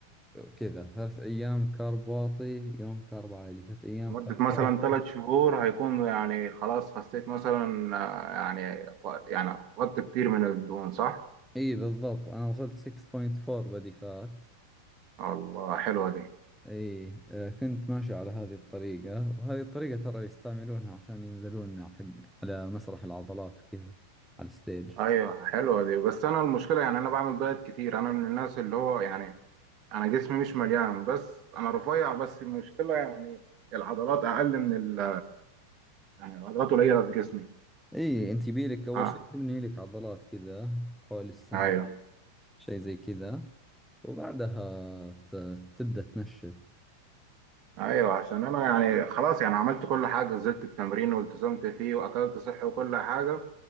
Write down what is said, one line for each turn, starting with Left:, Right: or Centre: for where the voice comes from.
Centre: كذا ثلاث أيام كارب واطي يوم كارب عالي ثلاث أيام
Right: لمدة
Centre: كارب
Right: مثلا
Centre: واطي
Right: تلات شهور هيكون يعني خلاص خسيت مثلا آه، يعني يعني فقدت كتير من الدهون صح؟
Centre: اي بالضبط أنا وصلت 6.4 بدي فات
Right: الله حلوة دي
Centre: اي آه كنت ماشي على هذه الطريقة وهذه الطريقة ترى يستعملونها عشان ينزلون حق على مسرح العضلات وكذا على الستيج
Right: أيوة حلوة دي بس أنا المشكلة يعني أنا بعمل دايت كتير أنا من الناس اللي هو يعني أنا جسمي مش مليان بس أنا رفيع بس المشكلة يعني العضلات أقل من ال يعني العضلات قليلة في جسمي
Centre: اي انت بيلك أول
Right: أه
Centre: شيء تبني لك عضلات كذا حول السنة
Right: أيوة
Centre: شيء زي كذا وبعدها ت- تبدأ تنشف
Right: ايوه عشان انا يعني خلاص يعني عملت كل حاجه نزلت التمرين والتزمت فيه واكلت صحي وكل حاجه